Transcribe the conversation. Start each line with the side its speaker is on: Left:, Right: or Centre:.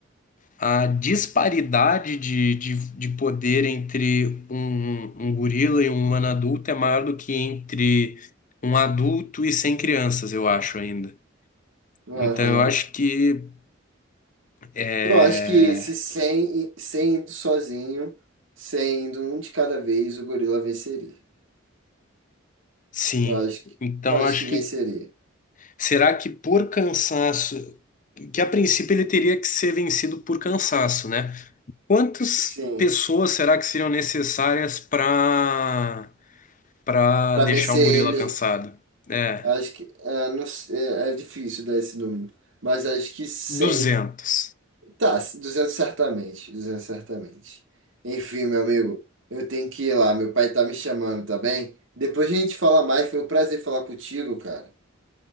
Left: a disparidade de, de, de poder entre um, um gorila e um humano adulto é maior do que entre um adulto e 100 crianças, eu acho ainda.
Right: Aham.
Left: Então eu acho que é,
Right: Eu acho que se 100, i- 100 indo sozinho, 100 indo um de cada vez, o gorila venceria.
Left: sim.
Right: Eu acho que,
Left: Então
Right: eu acho
Left: eu acho
Right: que venceria.
Left: que será que por cansaço, que a princípio ele teria que ser vencido por cansaço, né? Quantas
Right: Sim.
Left: pessoas será que seriam necessárias para para
Right: Para
Left: deixar
Right: vencer
Left: um gorila
Right: ele.
Left: cansado? É.
Right: Acho que é, não sei, é é difícil dar esse número, mas acho que cem
Left: duzentos
Right: Tá, 200 certamente, 200 certamente. Enfim, meu amigo, eu tenho que ir lá, meu pai tá me chamando, tá bem? Depois a gente fala mais, foi um prazer falar contigo, cara.